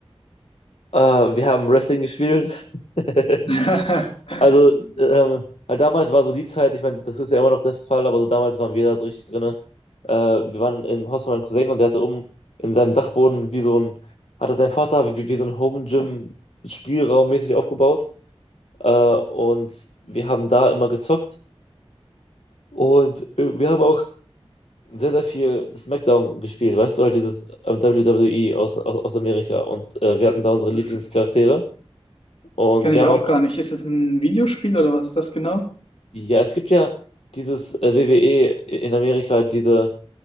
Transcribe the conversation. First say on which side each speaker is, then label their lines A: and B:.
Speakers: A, on the left; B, on the left.
A: Äh, wir haben Wrestling gespielt. <laughs>
B: <laughs>
A: Also, ähm, halt damals war so die Zeit, ich meine, das ist ja immer noch der Fall, aber so damals waren wir da so richtig drin. Äh, wir waren im Haus von meinem Cousin und der hatte oben in seinem Dachboden wie so ein, hatte sein Vater wie, wie so ein Home Gym Spielraum mäßig aufgebaut. Äh, und wir haben da immer gezockt und äh, wir haben auch sehr, sehr viel SmackDown gespielt, weißt du, halt dieses äh, WWE aus, aus, aus Amerika und äh, wir hatten da unsere
B: Das
A: Lieblingscharaktere und
B: kenne
A: wir
B: ich
A: haben
B: auch
A: auch,
B: gar nicht. Ist das ein Videospiel oder was ist das genau?
A: ja, es gibt ja dieses äh, WWE in Amerika, diese,